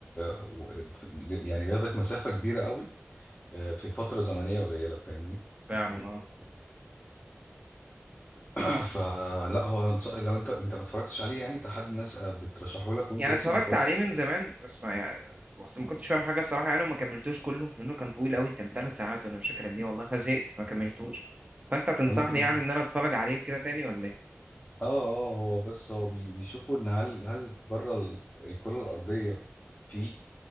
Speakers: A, on the left; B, on the right.
A: و- في- يعني بياخدك مسافه كبيره قوي أه، في فتره زمنيه قليله فاهمني
B: فعلا اه
A: <clears throat> فلا هو أنصح- لو انت انت ما اتفرجتش عليه يعني انت حد ناس آه، بترشحه لك وانت
B: يعني
A: لسه
B: اتفرجت
A: ما اتفرجت
B: عليه من زمان بس ما يعني بس ما كنتش فاهم حاجة الصراحة يعني وما كملتوش كله لأنه كان طويل أوي كان ثلاث ساعات وأنا مش فاكر قد إيه والله فزهقت ما كملتوش فأنت تنصحني
A: هما كانوا
B: يعني إن أنا أتفرج عليه كده تاني ولا إيه؟
A: اه اه هو بس هو بي- بيشوفوا ان هل هل بره ال- الكرة الأرضية في